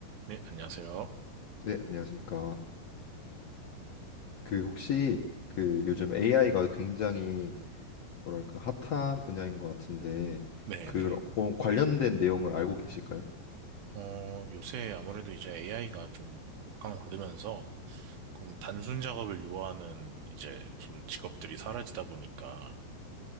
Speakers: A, on the right; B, on the left.
A: 네, 안녕하세요.
B: 네, 안녕하십니까. 그 혹시 그 요즘 AI가 굉장히 뭐랄까 핫한 분야인 것 같은데
A: 네네.
B: 그 관련된 내용을 알고 계실까요?
A: 어, 요새 아무래도 이제 AI가 좀 각광받으면서 좀 단순 작업을 요하는 이제 좀 직업들이 사라지다 보니까